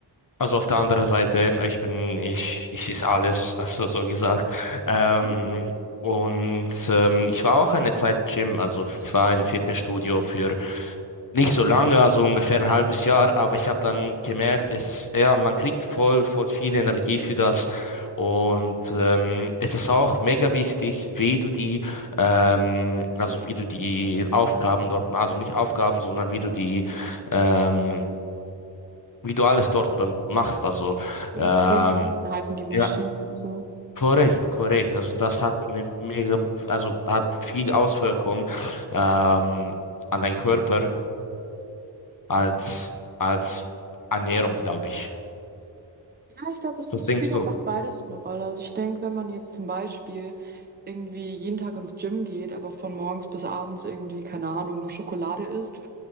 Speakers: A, on the left (about 45°); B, on the right (about 20°).
A: also auf der anderen Seite, ich bin, ich, ich ist alles, <laughs> also so gesagt. Ähm,
B: Mhm.
A: und ähm, ich war auch eine Zeit Gym, also ich war in einem Fitnessstudio für nicht so lange, also ungefähr ein halbes Jahr, aber ich habe dann gemerkt, es ist, ja, man kriegt voll, voll viel Energie für das. Und ähm, es ist auch mega wichtig, wie du die, ähm, also wie du die Aufgaben dort, also nicht Aufgaben, sondern wie du die, ähm, wie du alles dort dann machst. Also
B: So
A: ähm,
B: die Trainingseinheiten, die Maschinen
A: ja,
B: und so.
A: korrekt, korrekt. Also das hat eine mega, also hat viel Auswirkung ähm, an deinen Körper als, als Ernährung, glaube ich.
B: Ja, ich glaube, es
A: Was
B: ist,
A: denkst
B: spielt einfach
A: du?
B: beides eine Rolle. Also ich denke, wenn man jetzt zum Beispiel irgendwie jeden Tag ins Gym geht, aber von morgens bis abends irgendwie, keine Ahnung, nur Schokolade isst,